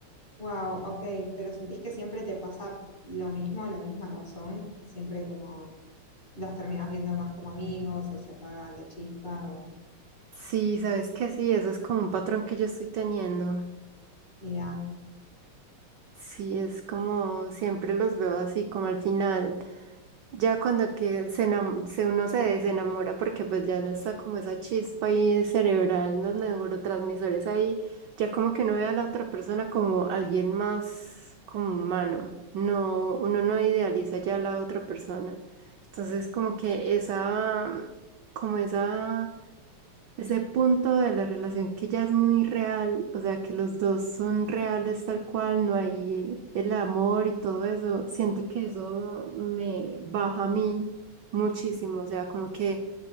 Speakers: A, on the left; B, on the right.
A: wow, ok, pero ¿sentís que siempre te pasa lo mismo, la misma razón? Siempre como los terminás viendo más como amigos o se apaga la chispa o
B: Sí, sabes que sí, eso es como un patrón que yo estoy teniendo.
A: mirá.
B: Sí, es como siempre los veo así, como al final, ya cuando que se enam- se- uno se desenamora porque pues ya no está como esa chispa ahí cerebral, los neurotransmisores ahí, ya como que uno ve a la otra persona como alguien más como humano. No, uno no idealiza ya a la otra persona. Entonces como que esa, como esa Ese punto de la relación que ya es muy real, o sea, que los dos son reales tal cual, no hay el amor y todo eso, siento que eso me baja a mí muchísimo, o sea, como que